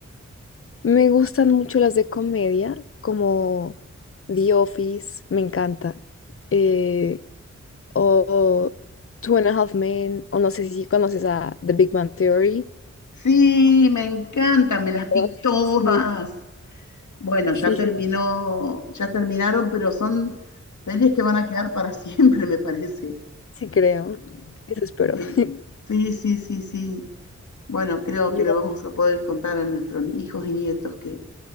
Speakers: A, on the left; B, on the left.
A: me gustan mucho las de comedia, como The Office, me encanta. Eh, o Two and a Half Men, o no sé si conoces a The Big Bang Theory.
B: Sí, me encanta, me las
A: Todas
B: vi todas.
A: son muy-
B: Bueno,
A: Sí,
B: ya terminó,
A: sí.
B: ya terminaron, pero son series que van a quedar para siempre, <laughs> me parece.
A: Sí, creo. Eso espero.
B: que-
A: <laughs>
B: sí, sí, sí, sí. Bueno, creo
A: Yo,
B: que le vamos a poder contar a nuestros hijos y nietos que